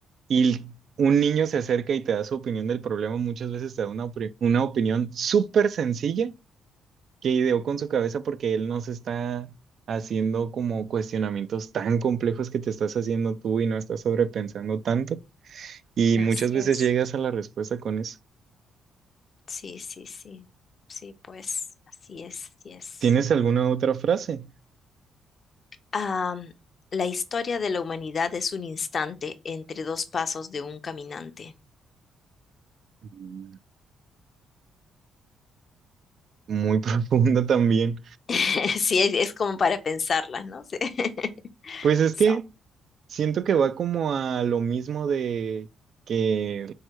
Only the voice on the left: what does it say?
así
es.
Sí, sí, sí. Sí, pues así es, así es.
Am, la historia de la humanidad es un instante entre dos pasos de un caminante.
<laughs> Sí, es, es como para pensarla, ¿no? Sí. <laughs>
So,